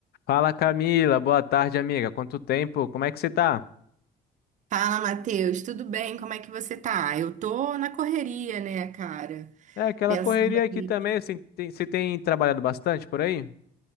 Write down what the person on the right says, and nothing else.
Fala, Matheus, tudo bem? Como é que você tá? Eu tô na correria, né, cara?
Pensando
aqui.